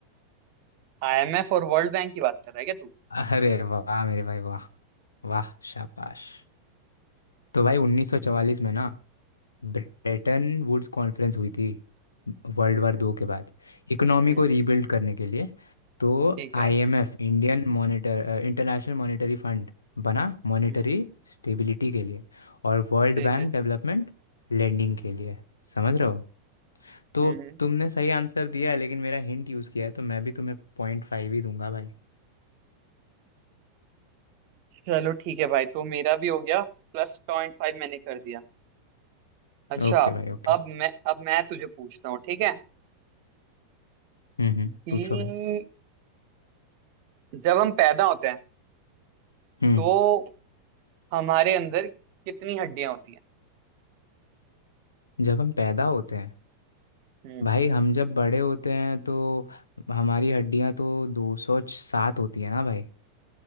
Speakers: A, on the right; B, on the left.
A: आईएमएफ और वर्ल्ड बैंक की बात कर रहा है क्या तू
B: अरे वाह मेरे भाई वाह वाह शाबाश तो भाई 1944 में ना ब्रेटन वुड्स कॉन्फ्रेंस हुई थी वर्ल्ड
A: हम्म
B: वार
A: हम्म
B: दो के बाद इकोनॉमी
A: हम्म
B: को
A: हम्म।
B: रीबिल्ड करने के लिए तो
A: ठीक है
B: IMF Indian monitor international monetary fund बना मॉनेटरी
A: हम्म हम्म।
B: स्टेबिलिटी के लिए और वर्ल्ड
A: ठीक
B: बैंक
A: है
B: डेवलपमेंट लेंडिंग के लिए समझ रहे हो तो
A: हम्म हम्म।
B: तुमने सही आंसर दिया है लेकिन मेरा हिंट यूज़ किया है तो मैं भी तुम्हें पॉइंट फाइव ही दूंगा भाई
A: चलो ठीक है भाई तो मेरा भी हो गया प्लस पॉइंट फाइव मैंने कर दिया अच्छा
B: ओके भाई ओके
A: अब मैं अब मैं तुझे पूछता हूँ ठीक है
B: हम्म हम्म
A: कि
B: पूछो भाई
A: जब हम पैदा होते हैं
B: हम्म
A: तो हमारे अंदर कितनी हड्डियां होती हैं
B: जब हम पैदा होते हैं
A: हम्म
B: भाई हम जब बड़े होते हैं तो हमारी हड्डियां तो दो सौ सात होती है ना भाई